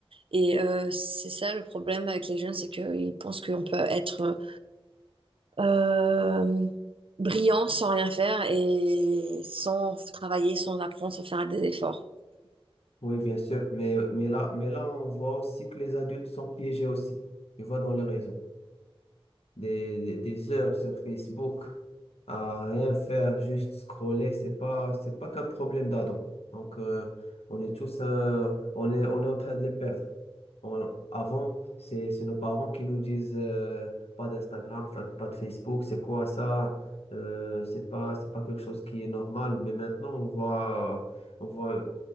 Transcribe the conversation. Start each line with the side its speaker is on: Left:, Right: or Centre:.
Right: Et euh, c'est ça le problème avec les jeunes, c'est qu'ils pensent qu'on peut être euh, brillant sans rien faire et sans travailler, sans apprendre, sans faire des efforts.
Left: Oui, bien sûr. Mais, mais là, mais là, on voit aussi que les adultes sont piégés aussi. Tu vois, dans les réseaux. Des, des, des heures sur Facebook à rien faire, juste scroller, c'est pas, c'est pas qu'un problème d'ado. Donc, euh, on est tous, euh, on est, on est en train de les perdre. on- avant, c'est c'est nos parents qui nous disent euh, pas d'Instagram, fa- pas de Facebook, c'est quoi ça? Euh, c'est pas, c'est pas quelque chose qui est normal. Mais maintenant, on voit, on voit